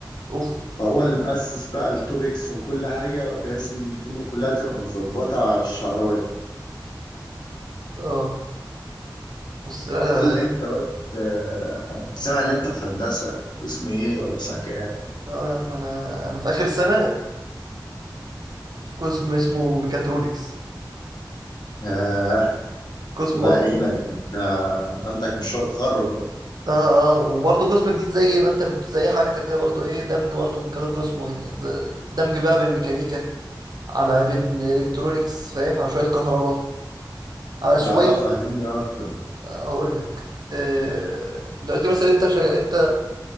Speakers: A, on the right (about 55°); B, on the left (about 65°).
A: اوف
B: فهو اللي مؤسس بقى التوبكس وكل حاجة بحيث إن الدنيا كلها تبقى متظبطة على الشعراية
A: اه بس لا
B: قول لي
A: لا-
B: أنت بس آه، أنا كنت سامع إن أنت في هندسة قسم إيه ولا في سنة كام؟
A: اه يا عم انا انا في اخر سنة في قسم اسمه ميكاترونكس
B: آه
A: قسم
B: الله
A: برضه
B: يعينك
A: إيه؟
B: أنت عندك مشروع تخرج بقى
A: اه اه وبرضه قسم جديد زي ما انت بت... زي حاجتك كده برضه ايه دمج برضه من كذا قسم يعني د- دمج بقى بين ميكانيكا على بين الكترونكس فاهم على شوية كهرباء على شوية
B: لا لا فهمني أكتر
A: هقول لك آه، دلوقتي مثلا انت شا... انت